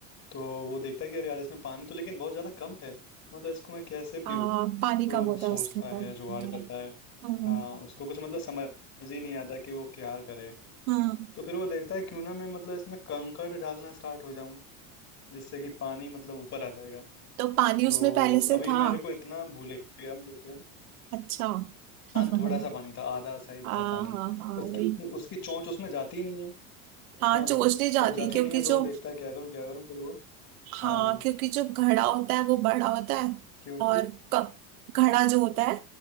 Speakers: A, on the left (about 40°); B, on the right (about 85°).
A: तो वो देखता है कि अरे यार इसमें पानी तो लेकिन बहुत ज़्यादा कम है मतलब इसको मैं कैसे पीऊँ
B: आ, पानी
A: तो
B: कम होता
A: वो सोचता
B: है उसके अंदर
A: है जुगाड़ करता है
B: हम्म
A: हाँ उसको कुछ मतलब समझ ही नहीं आता कि वो क्या करे
B: हम्म
A: तो फिर वो देखता है क्यों ना मैं मतलब इसमें कंकड़ डालना स्टार्ट हो जाऊं जिससे कि पानी मतलब ऊपर आ जाएगा
B: तो पानी
A: तो
B: उसमें पहले से
A: अभी
B: था
A: मेरे को इतना भूल गया हूं देखे
B: अच्छा
A: हाँ
B: <laughs>
A: थोड़ा सा पानी था आधा शायद
B: हाँ
A: था पानी
B: हाँ हाँ
A: उसकी
B: वही
A: उस, उसकी चोंच उसमें जाती ही नहीं है
B: हाँ
A: हाँ
B: चोंच नहीं जाती
A: तो जाती
B: क्योंकि
A: नहीं है
B: जो
A: तो वो देखता है क्या करूँ क्या करूँ फिर वो
B: हाँ
A: हाँ
B: क्योंकि जो घड़ा होता है वो बड़ा होता है
A: क्योंकि
B: और क- घड़ा जो होता है